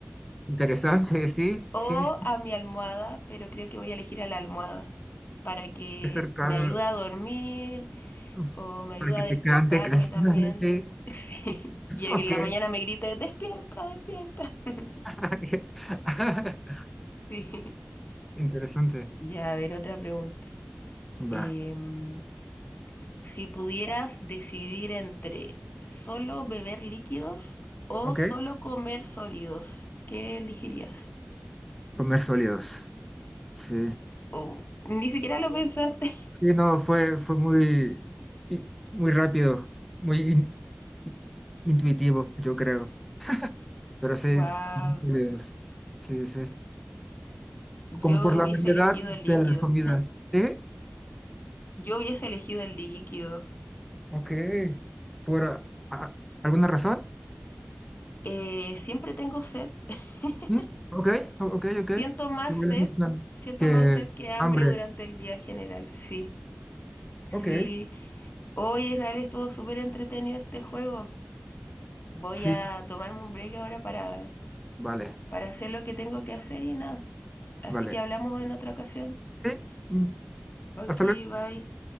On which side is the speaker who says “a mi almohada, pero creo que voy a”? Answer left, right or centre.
Left